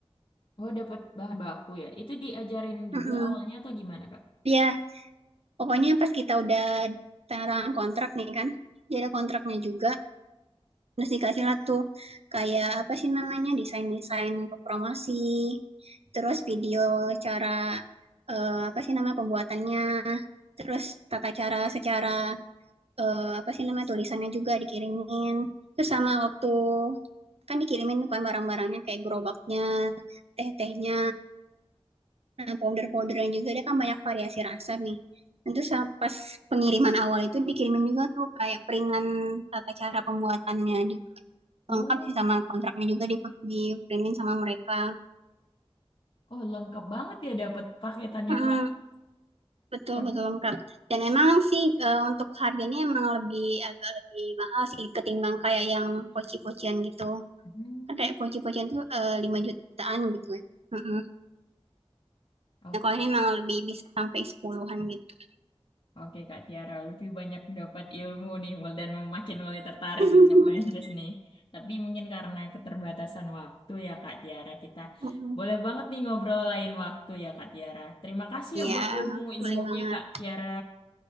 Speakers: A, on the left; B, on the right.
A: Oh, dapat bahan baku ya. Itu diajarin juga
B: Mm-mm.
A: awalnya atau gimana, Kak?
B: Ya, pokoknya pas kita udah tanda tangan kontrak nih kan, jadi ada kontraknya juga, terus dikasih lah tuh kayak apa sih namanya desain-desain untuk promosi, terus video cara eh, apa sih nama pembuatannya, terus tata cara secara eh, apa sih nama tulisannya juga dikirimin, terus sama waktu kan dikirimin bukan barang-barangnya kayak gerobaknya, teh-tehnya, Nah, powder-powderan juga dia kan banyak variasi rasa nih. Tentu sa- pas pengiriman awal itu dikirimin juga tuh kayak peringan tata cara pembuatannya juga.
A: Oh,
B: Lengkap sih sama kontraknya juga di diprintin sama mereka.
A: oh lengkap banget ya dapat paketannya,
B: Mm,
A: Kak.
B: betul
A: Per-
B: betul lengkap. Dan emang sih eh, untuk harganya emang lebih agak lebih mahal sih ketimbang kayak yang poci-pocian gitu.
A: Hmm.
B: Kan kayak poci-pocian tuh eh, 5 jutaan gitu ya. Mm-mm.
A: Oke.
B: Nah, kalau ini emang lebih bisa sampai sepuluhan an gitu.
A: Oke Kak Tiara, lebih banyak dapat ilmu nih mul- dan makin mulai tertarik
B: <laughs>
A: juga Prancis nih. Tapi mungkin karena keterbatasan waktu ya Kak Tiara, kita
B: Mm-mm.
A: boleh banget nih ngobrol lain waktu ya Kak Tiara. Terima kasih
B: Iya,
A: ya buat ilmu-ilmunya
B: boleh banget.
A: Kak Tiara.